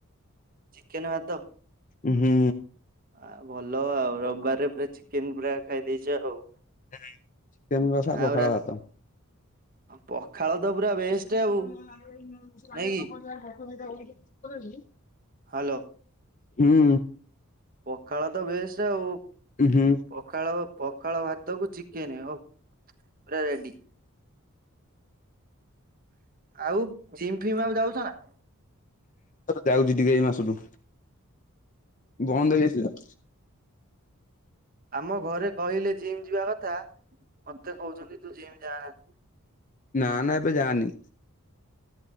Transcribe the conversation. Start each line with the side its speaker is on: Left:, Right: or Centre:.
Right: ଚିକେନ ଭାତ।
Left: ଉ ହୁଁ।
Right: ଆ ଭଲ ଆଉ ରବିବାରରେ ପୁରା ଚିକେନ ପୁରା ଖାଇ ଦେଇେଚ ଆଉ।
Left: ହୁଁ। ଚିକେନ କଷା,
Right: ଆଉ
Left: ପଖାଳ
Right: ରା
Left: ଭାତ।
Right: ପଖାଳ ତ ପୁରା ବେଷ୍ଟ
Left: <unintelligible>
Right: ଆଉ ନାଇଁ କି ହାଲୋ,
Left: ହୁଁ
Right: ପଖାଳ ତ ବେଷ୍ଟ୍ ଆଉ।
Left: ହୁଁ
Right: ପଖାଳ ପଖାଳ ଭାତକୁ ଚିକେନ ଓଃ ପୁରା ରେଡି। ଆଉ ଜିମ୍ ଫିମ୍ ଆ ଯାଉଚ ନା?
Left: ଯାଉଚି ଟିକେ ଏଇ ମାସରୁୁ। ବନ୍ଦ ହେଇଥିଲା।
Right: ଆମ ଘରେ କହିଲେ ଜିମ୍ ଯିବା କଥା ମତେ କହୁଚ ନ୍ତି ତୁ ଜିମ ଯା ନା।
Left: ନା ନା ଏବେ ଯାନି।